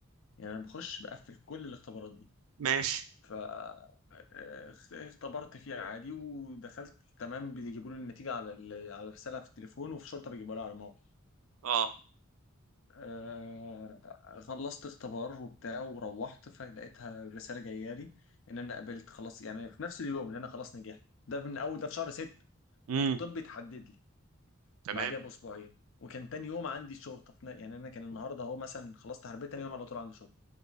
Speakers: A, on the left; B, on the right.
A: يعني انا بخش بقفل كل الاختبارات دي
B: ماشي
A: ف آه، اختبرت فيها عادي ودخلت تمام بيجيبوا لي النتيجه على ال- على الرساله في التليفون وفي شرطه بيجيبوها لي على الموقع
B: اه
A: آه، خلصت اختبار وبتاع وروحت فلقيتها الرساله جايه لي ان انا قبلت خلاص يعني في نفس اليوم ان انا خلاص نجحت ده من اول ده في شهر 6
B: امم
A: والطب اتحدد لي
B: تمام
A: بعدها باسبوعين وكان تاني يوم عندي شرطه في ن- يعني انا كان النهارده هو مثلا خلصت حربيه تاني يوم على طول عندي شرطه